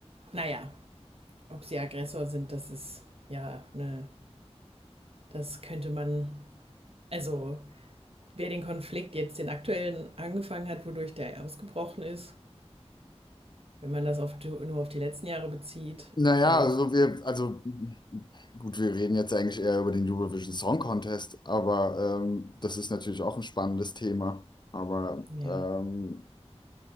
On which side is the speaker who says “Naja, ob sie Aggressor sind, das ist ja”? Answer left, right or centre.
Right